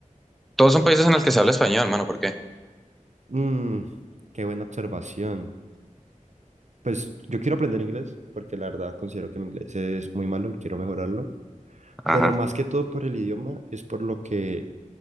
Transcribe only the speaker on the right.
Mm, qué buena observación. Pues yo quiero aprender inglés, porque la verdad considero que mi inglés es muy malo y quiero mejorarlo.
Pero más que todo por el idioma, es por lo que